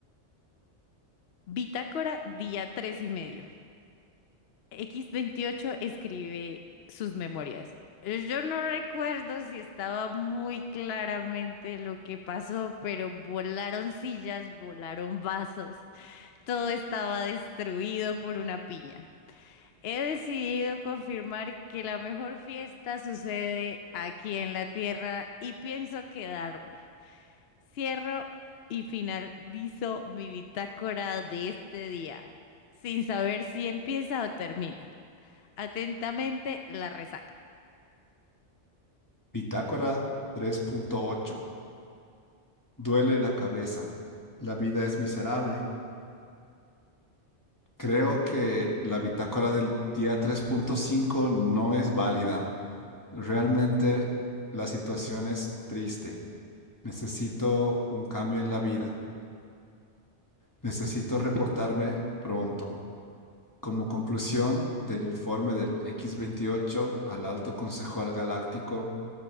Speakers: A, on the left; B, on the left.
A: Bitácora, día tres y medio. X28 escribe sus memorias. Eh, Yo no recuerdo si estaba muy claramente lo que pasó, pero volaron sillas, volaron vasos, todo estaba destruido por una piña. He decidido confirmar que la mejor fiesta sucede aquí en la Tierra y pienso quedarme. Cierro y finalizo mi bitácora de este día, sin saber si empieza o termina. Atentamente, la resaca.
B: Bitácora 3.8. Duele la cabeza. La vida es miserable. Creo que la bitácora del día 3.5 no es válida. Realmente la situación es triste. Necesito un cambio en la vida. Necesito reportarme pronto. Como conclusión del informe del X-28 al Alto Consejo Galáctico,